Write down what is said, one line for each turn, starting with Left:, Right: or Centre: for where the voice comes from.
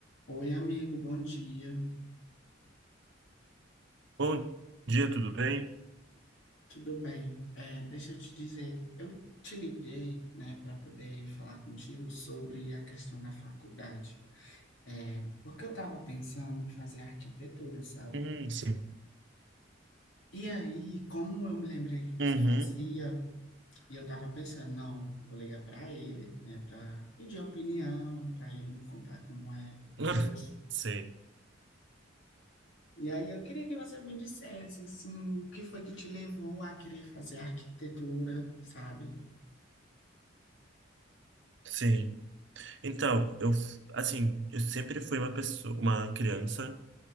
Left: Oi, amigo, bom dia,
Right: Bom dia, tudo bem?
Left: tudo bem? É, deixa eu te dizer, eu te liguei, né, para poder falar contigo sobre a questão da faculdade, É, porque eu estava pensando em fazer arquitetura, sabe?
Right: Hum, sim.
Left: E aí, como eu me lembrei que você
Right: Uhum.
Left: fazia, e eu estava pensando, não, vou ligar para ele, né, para pedir opinião, para ele me contar como é o
Right: <laughs>
Left: curso.
Right: Sim,
Left: E aí eu queria que você me dissesse assim, o que foi que te levou a querer fazer arquitetura, sabe?
Right: sim. Então, eu, assim, eu sempre fui uma pessoa, uma criança